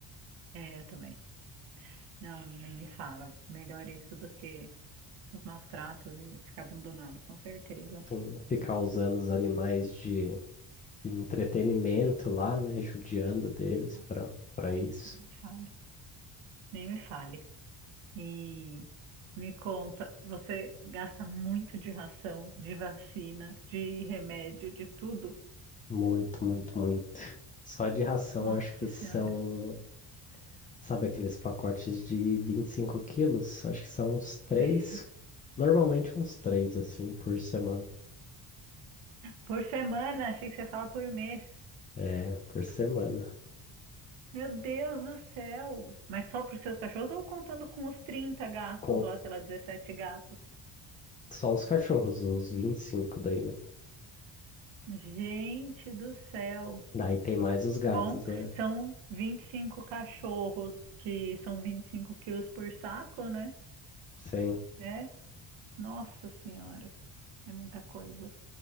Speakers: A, on the right (about 80°); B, on the left (about 20°).
A: é, eu também. Não, nem me fala. Melhor isso do que os maus tratos e ficar abandonado, com certeza.
B: Tem- ficar usando os animais de, de entretenimento lá, né? Judiando deles
A: Nossa,
B: para para isso.
A: nem me fale. Nem me fale. E me conta, você gasta muito de ração, de vacina, de remédio, de tudo?
B: Muito, muito, muito. Só de ração,
A: Nossa
B: acho que são
A: Senhora,
B: Sabe aqueles pacotes de 25 quilos? Acho que são uns três,
A: sei.
B: normalmente uns três, assim, por semana.
A: Por semana, achei que você fala por mês.
B: É, por semana.
A: Meu Deus do céu! Mas só para os seus cachorros ou contando com os 30 gatos
B: Com
A: lá, sei lá, 17 gatos?
B: só os cachorros, os 25 daí, né?
A: Gente do céu!
B: Daí tem mais os gatos,
A: Bom,
B: né?
A: são 25 cachorros, que são 25 quilos por saco, né?
B: Sim.
A: É, nossa senhora, é muita coisa.